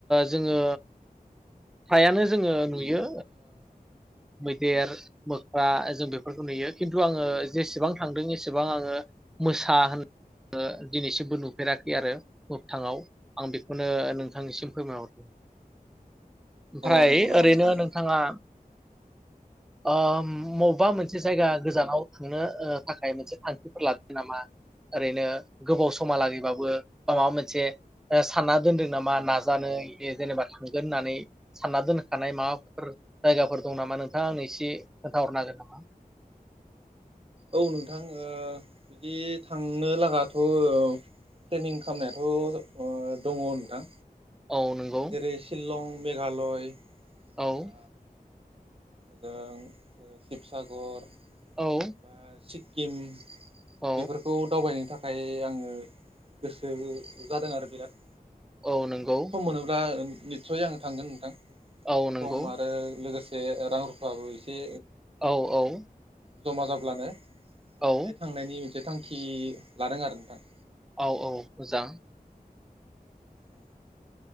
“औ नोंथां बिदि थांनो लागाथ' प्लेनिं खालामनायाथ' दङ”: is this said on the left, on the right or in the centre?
Right